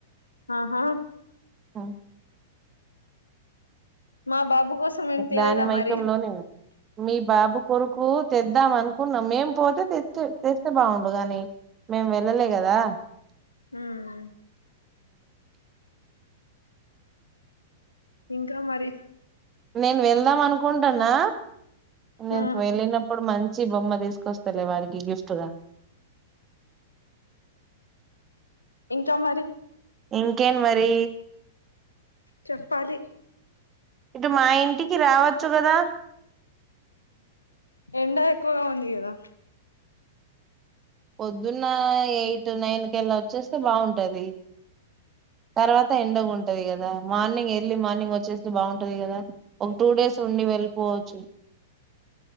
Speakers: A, on the left; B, on the right.
A: ఆహా
B: ఆహ్
A: మా బాబు కోసం ఏం తలేదా
B: దాని మైకంలోనే
A: మరి
B: మీ బాబు కొరకు తేదం అను అనుకున్నాం మేం పోతే తెతే తెస్తే బాగుడుగాని మేము వెళ్ళలే కదా
A: హ్మ్ ఇంకా మరి
B: నేను వెళ్దాం అనుకుంటాన్నా నెన్
A: ఆ
B: వెళ్ళినపుడు మన్ మంచి బొమ్మ తీసుకొస్తలే వాడికి గిఫ్ట్గా
A: ఇంకా మరి
B: ఇంకేం మరి
A: చెప్పాలి
B: ఇటు మా ఇంటికి రావచ్చు కదా
A: ఎండా ఎక్కువగా ఉంది కదా
B: పొద్దున్నా ఎయిట్ టునైన్ కెల్లా వచ్చేస్తే బాగుం ఉంటది తర్వాత త ఎండగుంటది కదా మార్నింగ్ ఎర్లీ మార్నింగ్ వచ్చేస్తే బాగుంటది. కదా ఒక టూ డేస్ ఉండి. వెళ్ళిపోవచ్చు.